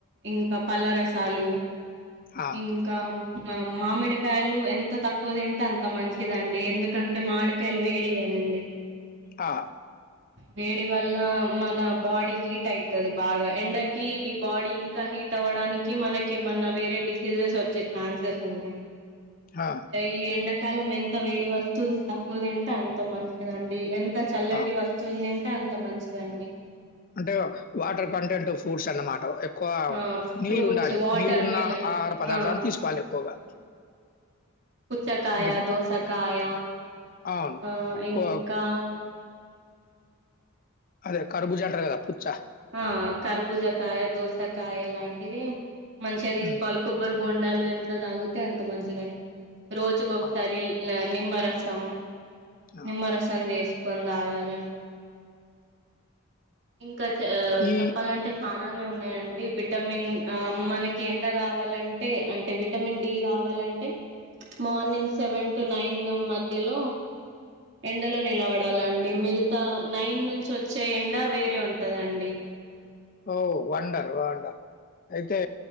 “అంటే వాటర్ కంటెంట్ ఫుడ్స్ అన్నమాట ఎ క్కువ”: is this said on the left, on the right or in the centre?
Left